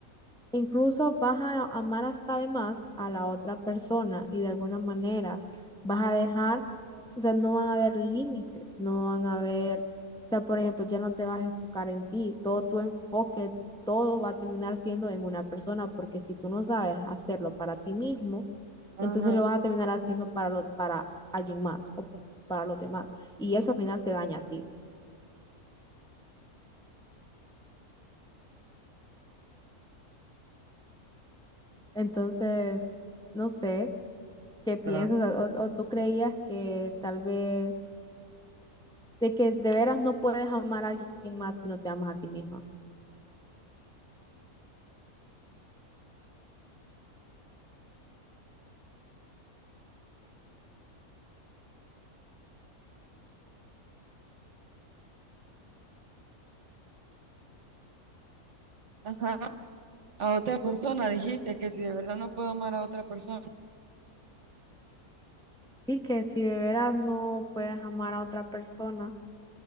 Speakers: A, in the centre; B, on the right.
A: e incluso vas a amar hasta de más a la otra persona y de alguna manera vas a dejar, o sea, no van a haber límites, no van a haber, o sea, por ejemplo, ya no te vas a enfocar en ti, todo tu enfoque, todo va a terminar siendo en una persona, porque si tú no sabes hacerlo para ti mismo,
B: Ajá,
A: entonces lo vas a terminar haciendo para lo para alguien más o para los demás. Y eso al final te daña a ti. Entonces, no sé qué piensas
B: ¿verdad?
A: o, o tú creías que tal vez de que de veras no puedes amar a alguien más si no te amas a ti misma.
B: ajá. A otra persona dijiste que si de verdad no puedo amar a otra persona.
A: Y que si de veras no puedes amar a otra persona